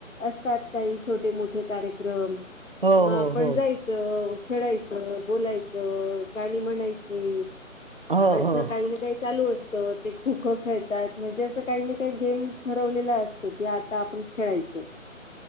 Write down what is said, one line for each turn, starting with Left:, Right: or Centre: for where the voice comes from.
Left: असतात काही छोटे मोठे कार्यक्रम
Right: हो
Left: मग आपण
Right: हो हो
Left: जायचं खेळायचं बोलायचं गाणी म्हणायचं ज
Right: हो
Left: असं
Right: हो
Left: काही ना काही चालू असत ते खो खो खेळतात म्हणजे असं काही ना काही गेम ठरवलेला असत त की आता आपण खेळायचं